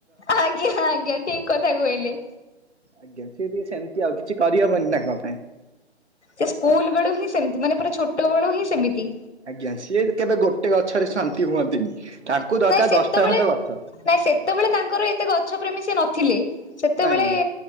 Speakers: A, on the left; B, on the right.
A: ଆଜ୍ଞା ଆଜ୍ଞା ଠିକ୍ କଥା କହିଲେ।
B: ଆଜ୍ଞା ସିଏ ଟିକେ ସେମିତି ଆଉ କିଛି କରିହବନି ତାଙ୍କ ପାଇଁ।
A: ସେ ସ୍କୁଲ ବେଳୁ ହିଁ ସେମିତି ମାନେ ପୁରା ଛୋଟ ବୋଳୁ ହିଁ ସେମିତି।
B: ଆଜ୍ଞା ସିଏ କେବେ ଗୋଟେ ଗଛରେ ଶାନ୍ତି ହୁଅନ୍ତିନି ତାଙ୍କୁ ଦରକାର
A: ନାଇଁ ସେତେବେଳେ
B: ଦଶଟା ଖଣ୍ଡେ ଗଛ।
A: ନାଇଁ ସେତେବେଳେ ତାଙ୍କର ଏତେ ଗଛ ପ୍ରେମୀ ସେ ନଥିଲେ ସେତେବେଳେ
B: ନାଇଁ